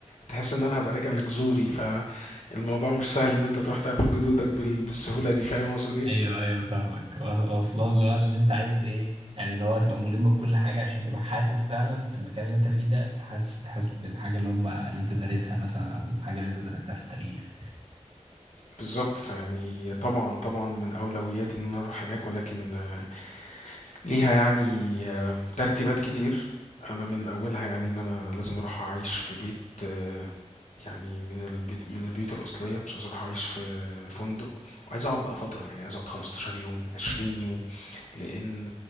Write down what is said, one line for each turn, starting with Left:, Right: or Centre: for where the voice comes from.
Left: تحس ان انا هبقى راجع لجذوري ف الموضوع مش سهل ان انت تروح تقابل جدودك بال... بالسهولة دي فاهم اقصد ايه
Right: ايوه ايوه فاهمك واصلا اللي هو اللي انت عايز ايه يعني اللي هو هتبقى ملم بكل حاجة عشان تبقى حاسس فعلا في المكان اللي انت فيه ده حاسس حاسس بالحاجة اللي هم اللي انت دارسها مثلا او الحاجة اللي انت درستها في التاريخ
Left: بالظبط فيعني طبعا طبعا من اولوياتي ان انا اروح هناك ولكن آه، ليها يعني آه، ترتيبات كتير انا من اولها يعني ان انا لازم اروح اعيش في بيت آه، يعني من البيت من البيوت الأصلية مش عايز أروح أعيش في فندق وعايز أقعد بقى فترة يعني عايز أقعد 15 يوم 20 يوم لان